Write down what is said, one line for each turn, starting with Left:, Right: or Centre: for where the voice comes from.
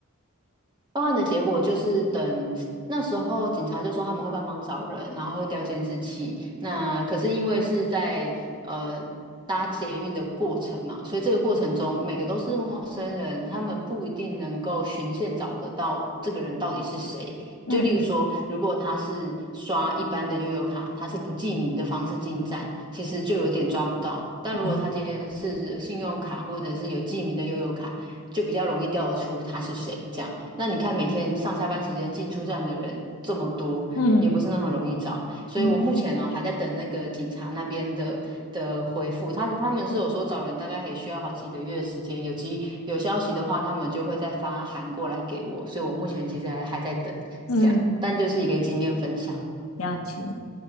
Right: 报案的结果就是等那时候警察就说他们会帮忙找人，然后会调监视器。那可是因为是在呃搭捷运的过程嘛，所以这个过程中每个都是陌生人，他们不一定能够循线找得到这个人到底是谁。
Left: 嗯
Right: 就例如说，如果他是刷一般的悠游卡，他是不记名的方式进站，其实就有点抓不到。但如果他今天是信用卡或者是有记名的悠游卡，
Left: 嗯
Right: 就比较容易调得出他是谁这样。那你看，每天上下班时间进出站的人这么多，
Left: 嗯
Right: 也不是那么容易找。所以我目前呢、
Left: 嗯
Right: 还在等那个警察那边的的回复。他他们是有说找人大概也需要好几个月的时间，有机有消息的话，他们就会再发函过来给我。所以我目前其实还还在等这样，
Left: 嗯，
Right: 但就是一个经验分享。
Left: 了解，